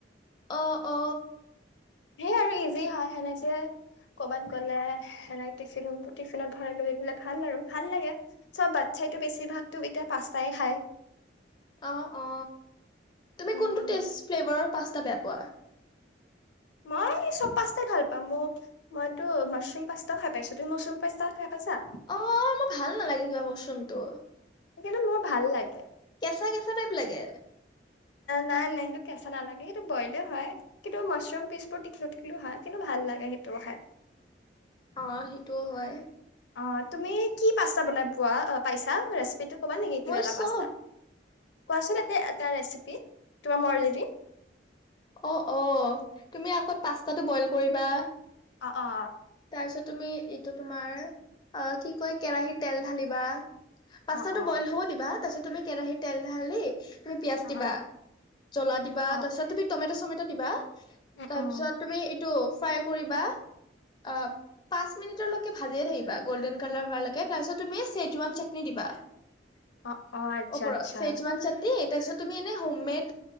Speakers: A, on the left; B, on the left.
A: অ‌ অ
B: সেই আৰু ইজি হয় সেনেকে যে কবাত গ'লে এনে টিফিন টিফিনত ভৰাই লৈ দিলে ভাল আৰু ভাল লাগে চব বাচ্ছাইটো বেছিভাগতো এতিয়া পাস্তাই খাই।
A: অ অ তুমি
B: উম
A: কোনটো টেষ্ট ফ্লেভাৰত পাঁচটা বেপৱাৰ
B: মই চব পাস্তাই ভাল পাম মোৰ মইতো মাছৰুম পাস্তা খাই পাইছো। তুমি মাছৰুম পাস্তা খাই পাইছা?
A: অ মোৰ ভাল নালাগে কিবা মচৰুমটো।
B: কিন্তু মোৰ ভাল লাগে
A: কেঁচা কেঁচা টাইপ লাগে
B: নাই নাই সেইটো কেঁচা নালাগে সেইটো বইলে হয় কিন্তু মাছৰুম পিচবোৰ টিখলো টিখলো হয় কিন্তু ভাল লাগে সেইটোও খাই। <unintelligible>
A: অ সেইটোও হয়
B: অ তুমি কি পাস্তা বনাই পোৱা পাইছা ৰেচিপিটোত <unintelligible> কবা নেকি কিবা
A: মই
B: এটা
A: চব
B: পাস্তা কোৱাচোন তাতে এটা ৰেচিপি তোমাৰ মৰ্জি দি
A: অ অ তুমি আকৌ পাস্তাটো বইল কৰিবা
B: অ অ
A: তাৰপিছত তুমি এইটো তোমাৰ অ কি কয় কেৰাহীৰ তেল ঢালিবা পাস্তাটো
B: অ অ
A: বইল হ'ব দিবা তাৰ পিছ তুমি কেৰাহী তেল ঢালিলি তুমি পিয়াজ
B: অ অ
A: দিবা জ্বলা দিবা
B: অ
A: তাৰপিছত তুমি টমেটা চমেটা দিবা
B: উম
A: তাৰ
B: উম
A: পিছত তুমি এইটো ফ্ৰাই কৰিবা অ পাঁচ মিনিটৰ লৈক ভাজিয়ে থাকিবা গ'ল্ডেন কালাৰ হোৱা লৈকে তাৰপিছত তুমি চেজৱান চাটনি দিবা <unintelligible>
B: অ অ আচ্ছা
A: ওপৰ
B: আচ্ছা
A: চেজুৱান চাটনি তাৰপিছত তুমি এনে হোম মেড